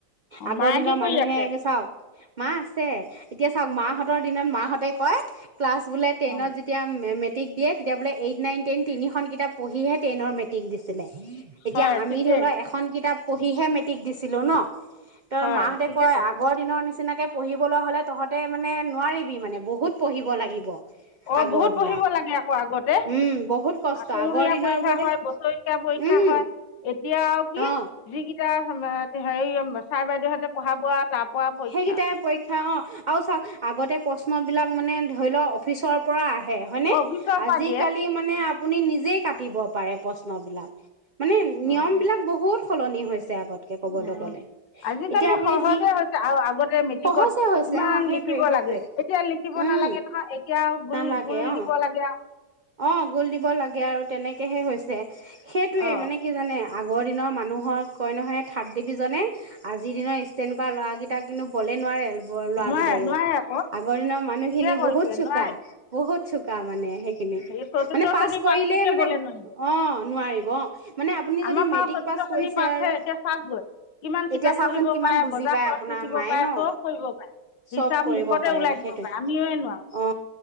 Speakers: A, on the right (about 75°); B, on the left (about 90°).
A: আগৰ
B: মায়ে
A: দিনৰ
B: কি কৰি
A: মানুহে
B: আছে
A: চাওক মা আছে এতিয়া চাওক মাহঁতৰ দিনত মাহঁতে কয় ক্লাছ বোলে টেনত
B: অ
A: যেতিয়া মেট্ৰিক দে তেতিয়ালে এইট নাইন টন তিনিখন কিতাপ পঢ়িহে টেনৰ মেট্ৰিক দিছিলে। এতিয়া
B: হয়
A: আমি
B: ঠিকেই
A: ধৰি লও এখন কিতাপ পঢ়িহে মেট্ৰিক দিছিলোঁ ন? তই
B: হয়
A: মাহঁতে
B: ঠিকে
A: কয়
B: কৈছে
A: আগৰ দিনৰ নিচিনা নিচিনাকে পঢ়িবলৈ হ'লে তহঁত মানে নোৱাৰিবি মানে বহুত পঢ়িব লাগিব।
B: অ
A: আগৰ
B: বহুত
A: বিলাক
B: পঢ়িব লাগে আকৌ আগতে
A: উম বহুত কষ্ট
B: আাচুমহীয়া
A: আগৰ দিনৰ
B: পৰীক্ষা
A: বোৰতে
B: হয় বছৰেকীয়া পৰীক্ষা
A: উম
B: হয় এতিয়া আৰু কি
A: অ
B: যিকিটা, হেৰি ছাৰ বাইদউহঁতে পঢ়াব আৰু তাৰ পৰা পৰীক্ষা
A: সেইকেইটাই পৰীক্ষা অ আৰু চাওক আগতে প্ৰশ্ন বিলাক মানে ধৰি লও অফিচৰ পৰা আহে। হয় নে?
B: অফিচৰ
A: আজালি
B: পৰা দিয়ে
A: মানে আপুনি নিজেই কাটিব পাৰে প্ৰশ্ন বিলাক মানে নিয়ম
B: অ
A: বিলাক বহুত সলনি হৈছে। আগতকে কবলৈ
B: উম
A: গ'লে
B: আজিকালি
A: এতিয়া আপুনি
B: সহজে
A: যি।
B: হৈছে আৰু আগতে মেট্ৰিকত
A: সহজে হৈছে
B: ইমান
A: অ সেইটোৱে
B: লিখিব
A: সেইটোৱে
B: লাগে এতিয়া লিখিব
A: উম
B: নালাগে নহয় এতিয়াও গুল
A: নালাগে
B: গুল
A: অ
B: দিব লাগে আৰু।
A: অ গোল দিব লাগে আৰু তেনেকেহে হৈছে। সেইটোয়ে
B: অ
A: মানে কি জানে। আগৰ দিনৰ মানুহক কয় নহয় থাৰ্ড ডিভিজনে আজিৰ দিনৰ ষ্টেণ্ড কৰা ল'ৰাকেইটাক কিন্তু বলেই নোৱাৰে। ব লোৱা
B: নোৱাৰে
A: কেইটাইও
B: নোৱাৰে আকৌ
A: আগৰ দিনৰ মানুহখিনি
B: ঠিকে কৰিছে
A: বহুত চোকা
B: নোৱাৰে
A: বহুত। চোকা মানে সেই।
B: এই চতুৰ্থ
A: মানে পাছ
B: শ্ৰেণী
A: কৰিলে
B: পাছটোকে
A: মানে
B: বলে নোৱাৰিব
A: অ নোৱাৰিব। অ। মানে আপুনি
B: আমাৰ
A: যদি
B: মা
A: মেট্ৰিক
B: চতুৰ্থ
A: পাছ
B: শ্ৰেণী
A: কৰিছে
B: পাছহে
A: আৰু
B: এতিয়া চাওকগৈ কিমান কিতাপ
A: এতিয়া চাওঁকচোন
B: পঢ়িব
A: কিমান
B: পাৰে
A: বুজি
B: বজাৰ
A: পায়
B: খৰচ
A: আপোনাৰ
B: লিখিব
A: মায়ে
B: পাৰে
A: নহ
B: চব কৰিব পাৰে
A: চব
B: হিচাপ
A: কৰিব
B: মুখতে
A: পাৰে
B: ওলাই দিব
A: সেইটোৱে
B: পাৰে আমিয়ে নোৱাৰো
A: অ